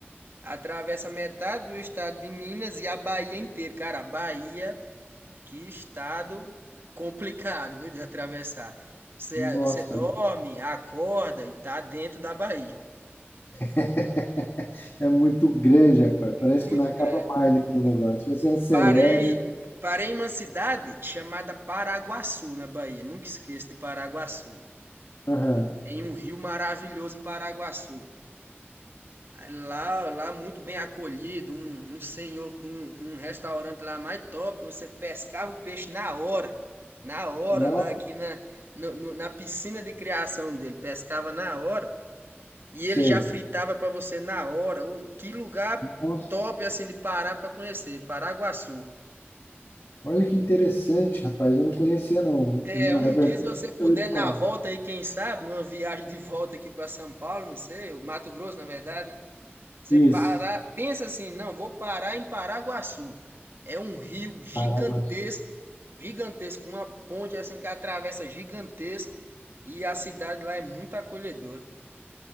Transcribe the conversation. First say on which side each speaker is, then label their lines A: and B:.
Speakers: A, on the right (about 60°); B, on the left (about 65°).
A: atravessa metade do estado de Minas e a Bahia inteira. Cara, a Bahia Que estado complicado, viu, de atravessar. Você,
B: Nossa,
A: você dorme, acorda e tá dentro da Bahia.
B: <laughs> é muito grande, rapaz.
A: Muito
B: Parece que não acaba
A: grande.
B: mais aquele negócio. Você acelera
A: Eu parei, parei em uma cidade chamada Paraguaçu, na Bahia. Nunca esqueço de Paraguaçu.
B: Aham.
A: Tem um rio maravilhoso em Paraguaçu. Aí Lá, lá muito bem acolhido, um, um senhor com, com um restaurante lá mais top, você pescava o peixe na hora, na hora
B: Uau,
A: lá aqui na, no- no- na piscina de criação dele, pescava na hora e
B: sei.
A: ele já fritava pra você na hora. O, que lugar
B: Nossa,
A: top assim de parar pra conhecer, Paraguaçu.
B: olha que interessante, rapaz. Eu não conhecia, não.
A: É,
B: Na
A: um
B: verdade,
A: dia se você puder
B: eu nunca ouvi falar.
A: na volta aí, quem sabe, numa viagem de volta aqui pra São Paulo, não sei, o Mato Grosso na verdade, né? Você
B: Isso,
A: para, pensa assim, não, vou parar em Paraguaçu. É um rio gigantesco,
B: Paraguaçu.
A: gigantesco, uma ponte assim que atravessa gigantesco e a cidade lá é muito acolhedora.